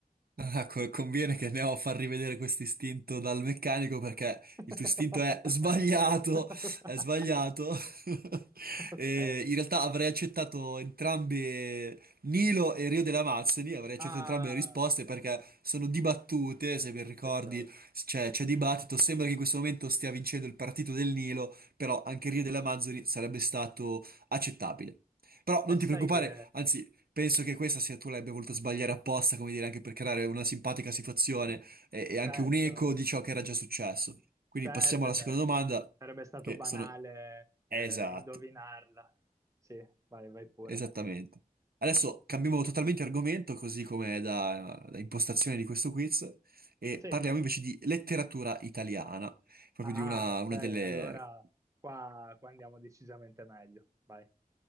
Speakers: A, on the right; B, on the right.
A: Ah, co- conviene che andiamo a far rivedere questo istinto dal meccanico perché
B: <laughs>
A: il tuo istinto è sbagliato, è sbagliato. <laughs>
B: Ok.
A: E in realtà avrei accettato entrambe Nilo e Rio delle Amazzoni, avrei accettato
B: Ah,
A: entrambe le risposte perché sono dibattute, se ben ricordi
B: peccato.
A: c'è c'è dibattito, sembra che in questo momento stia vincendo il partito del Nilo, però anche Rio delle Amazzoni sarebbe stato accettabile. Però non
B: E sai
A: ti preoccupare,
B: che,
A: anzi Penso che questa sia tu l'abbia voluta sbagliare apposta, come dire, anche per creare una simpatica situazione e, e
B: certo,
A: anche un eco di ciò che era già successo. Quindi
B: certo,
A: passiamo alla
B: cioè,
A: seconda domanda,
B: sarebbe stato
A: che
B: banale
A: sono... Esatto,
B: eh, indovinarla. Sì, vai, vai pure.
A: esattamente. Adesso cambiamo totalmente argomento, così come è da, da impostazione di questo quiz, e
B: Sì.
A: parliamo invece di letteratura italiana, proprio
B: Ah,
A: di una,
B: ok,
A: una delle
B: allora qua, qua andiamo decisamente meglio. Vai.